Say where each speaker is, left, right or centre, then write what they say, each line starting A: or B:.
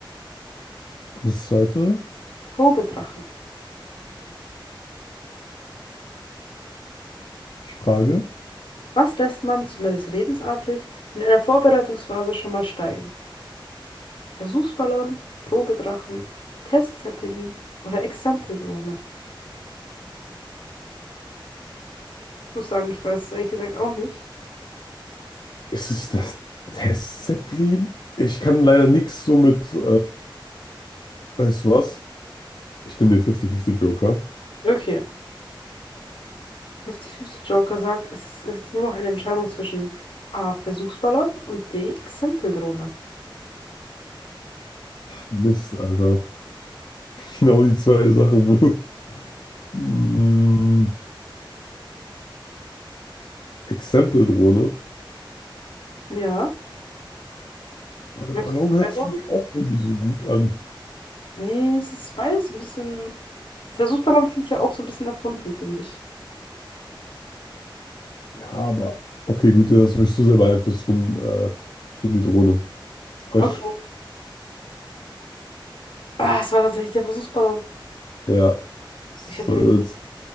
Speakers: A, on the left; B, on the left.
A: Und das zweite,
B: Probedrachen.
A: ich frage.
B: Was lässt man, zumindest redensartlich, in einer Vorbereitungsphase schon mal steigen? Versuchsballon, Probedrachen, Testzeppelin oder Exempeldrohne? Ich muss sagen, ich weiß es ehrlich gesagt auch nicht.
A: Ist es das Testzeppelin? Ich kann leider nichts so mit, äh, weißt du was? Ich nehme den 50-50 Joker.
B: Okay. 50-50 Joker sagt, es ist jetzt nur noch eine Entscheidung zwischen A. Versuchsballon und D. Exempeldrohne.
A: Mist, Alter. <laughs> Genau die zwei Sachen, wo. Mm, Exempel-Drohne.
B: Ja.
A: Aber der
B: Möchtest
A: Ballon
B: du
A: hört
B: es einloggen?
A: sich für mich auch irgendwie so gut an.
B: Nee, es ist beides ein bisschen. Versuchsballon klingt ja auch so ein bisschen erfunden, finde ich.
A: Ja, aber. Okay, gut, ja, das hast mich zu sehr beeinflusst. Ich nehme, äh, ich nehm die Drohne. Aber
B: Okay.
A: ich.
B: Ah, es war tatsächlich der Versuchsballon.
A: Ja. es-
B: Ich hätte
A: es-
B: den,